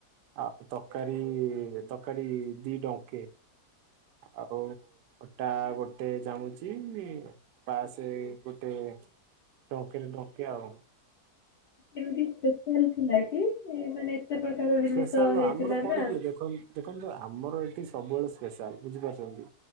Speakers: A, on the right; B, on the left.
A: ଆଉ ତକାରୀ ତକାରୀ ଦି ଡଙ୍କେ ଆଉ ଅଟା ଗୋଟେ ଜାମୁଚି ପାସେ ଏ ଗୋଟେ ଡଙ୍କିରେ ଡଙ୍କେ ଆଉ
B: ଏମିତି ସ୍ପେଶାଲ ଥିଲା କି ମାନେ ଏତେ ପ୍ରକାର ଜିନିଷ
A: ସ୍ପେଶାଲ ନୁହଁ
B: ହେଇଥିଲା
A: ଆମର କଣ
B: ନା
A: କି ଦେଖ ଦେଖନ୍ତୁ ଆମର ଏଠି ସବୁବେଳେ ସ୍ପେଶାଲ ବୁଝିପାରୁଚନ୍ତି